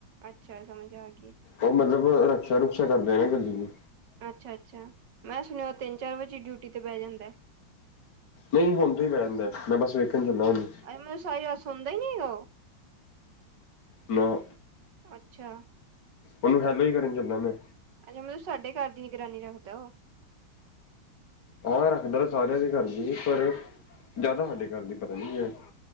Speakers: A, on the right; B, on the left.
A: ਅੱਛਾ, ਸਮਝ ਆ ਗਈ।
B: ਉਹ ਮਤਲਬ ਰਕਸ਼ਾ -ਰੁਕਸ਼ਾ ਕਰਦੇ ਆ ਨਾ ਗੱਡੀ ਨੂੰ।
A: ਅੱਛਾ- ਅੱਛਾ ਮੈਂ ਸੁਣਿਓ ਤਿੰਨ ਚਾਰ ਵਜੇ ਈ ਡਿਊਟੀ ਤੇ ਬੈ ਜਾਂਦਾ।
B: ਨਹੀਂ ਹੁਣ ਤਾਂ ਹੀ ਬਹਿ ਜਾਂਦਾ ਮੈਂ ਬਸ ਵੇਖਣ ਚਲਾ ਉਹ ਨੂੰ।
A: ਇਹਦਾ ਮਤਲਬ ਸਾਰੀ ਰਾਤ ਸੌਂਦਾ ਹੀ ਨਹੀਂ ਉਹ।
B: ਨਾਂ।
A: ਅੱਛਾ।
B: ਉਹਨੂੰ ਹੈਲੋ ਹੀ ਕਰਨ ਚੱਲਾ ਮੈਂ।
A: ਅੱਛਾ ਮਤਲਬ ਸਾਡੇ ਘਰ ਦੀ ਨਿਰਾਨੀ ਰੱਖਦਾ ਉਹ।
B: ਹਾਂ ਰੱਖਦਾ ਤਾਂ ਸਾਰਿਆਂ ਦੇ ਘਰ ਦੀ ਪਰ ਜ਼ਿਆਦਾ ਸਾਡੇ ਘਰ ਦੀ ਪਤਾ ਨੀ ਹੈ।